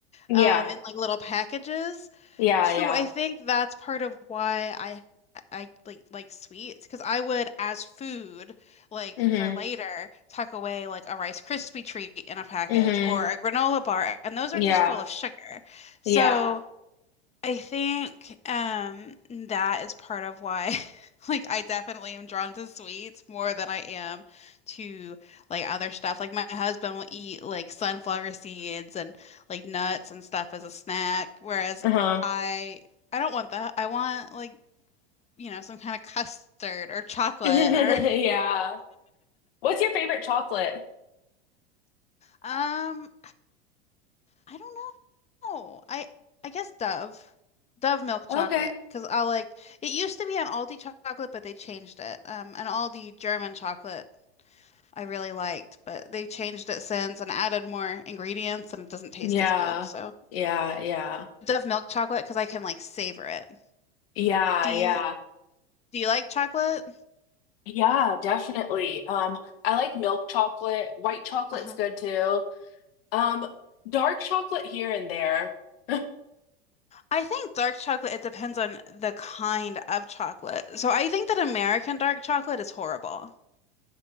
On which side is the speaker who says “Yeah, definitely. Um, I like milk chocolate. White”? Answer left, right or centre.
Left